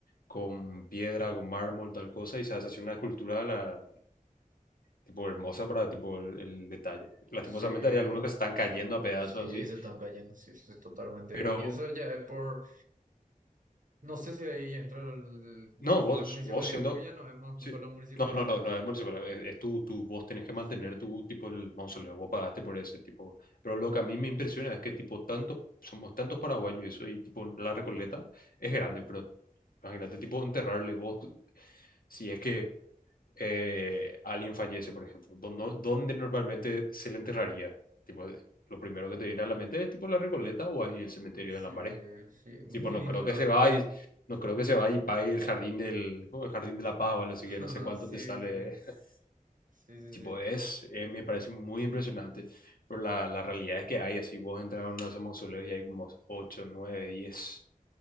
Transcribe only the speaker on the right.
sí,
sí,
se están cayendo, sí, sí, totalmente.
Y eso ya es por, no sé si ahí entra el-
la municipalidad,
porque ya no es más
culpa de la municipalidad.
<laughs>
Sí,
sí,
sí, muy
lindo,
la
verdad.
<laughs>
Sí,
sí,
sí, sí,
sí,